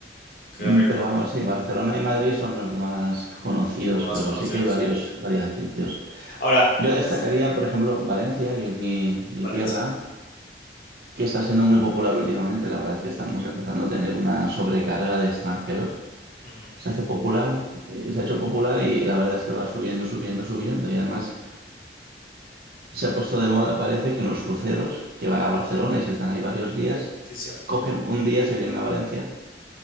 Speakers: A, on the left; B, on the right.
A: qué
B: Mm,
A: rico,
B: Pero vamos, sí, Barcelona y Madrid son los más conocidos,
A: los más
B: pero
A: conocidos.
B: sí que hay varios, varios sitios.
A: Ahora,
B: Yo destacaría,
A: s-
B: por ejemplo, Valencia, que es mi, mi
A: Valencia,
B: tierra. que está siendo muy popular últimamente. La verdad es que estamos empezando a tener una sobrecarga de extranjeros.
A: ujú,
B: Se hace popular, eh, se ha hecho popular y la verdad es que va subiendo, subiendo, subiendo. Y además se ha puesto de moda, parece que en los cruceros que van a Barcelona y se están ahí varios días,
A: Sí, cierto,
B: cogen un día, se vienen a Valencia